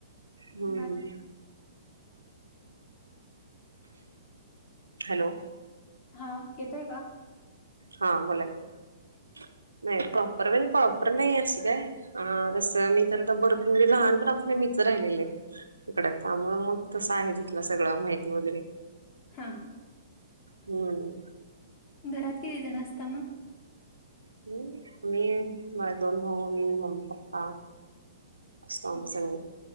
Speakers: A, on the right (about 85°); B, on the left (about 35°).
A: हम्म
B: बाकी का
A: हॅलो.
B: हा येतोय का?
A: हा बोला की हो नाही <unintelligible> काय अ तस मी तर तर भरपूर म्हे लहानपणा पासून मीच राहिलेले. तिकड त्यामुळे मग तसं आहे तिथलं सगळं माहिती वगैरे
B: हा
A: हम्म
B: घरात किती जण असतां मगं?
A: हम्म मी माये दोन भाऊ मीन मम्मी पप्पा. असतो आम्ही
B: अच्छा
A: सगळे